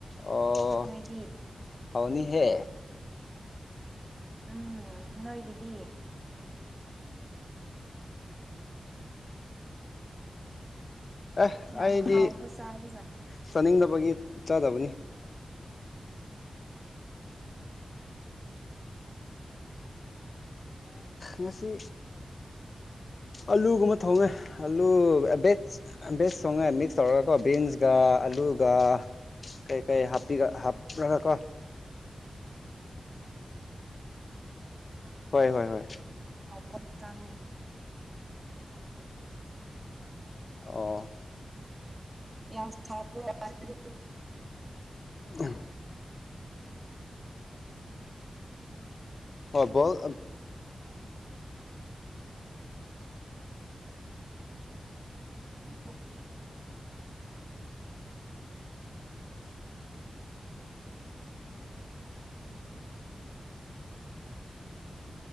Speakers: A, on the left; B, on the right.
A: ꯑꯣ
B: ꯅꯣꯏꯗꯤ
A: ꯍꯥꯎꯅꯤ ꯍꯦ
B: ꯎꯝ ꯅꯣꯏꯣꯏꯒꯗꯤ
A: ꯑꯦ
B: ꯌꯥꯝ
A: ꯑꯩꯗꯤ
B: ꯍꯥꯎꯕ ꯆꯥꯕꯖꯥꯠꯅꯤ
A: ꯆꯥꯅꯤꯡꯗꯕꯒꯤ ꯆꯥꯗꯕꯅꯤ ꯉꯁꯤ ꯑꯂꯨꯒꯨꯝꯕ ꯊꯣꯡꯉꯦ ꯑꯂꯨ ꯚꯦꯖ ꯚꯦꯖ ꯁꯣꯡꯉꯦ ꯃꯤꯛꯁ ꯇꯧꯔꯒꯀꯣ ꯕꯤꯟꯁꯀ ꯑꯂꯨꯒ ꯀꯩꯀꯩꯄꯤ ꯍꯥꯞꯂꯒ ꯀꯣ ꯍꯣꯏ ꯍꯣꯏꯣꯏ
B: ꯑꯣꯖꯥꯡꯅꯤ
A: ꯑꯣ
B: ꯌꯥꯝ ꯁꯥꯕ꯭ꯔꯗꯤ
A: ꯑ ꯑꯣꯜ
B: ꯃ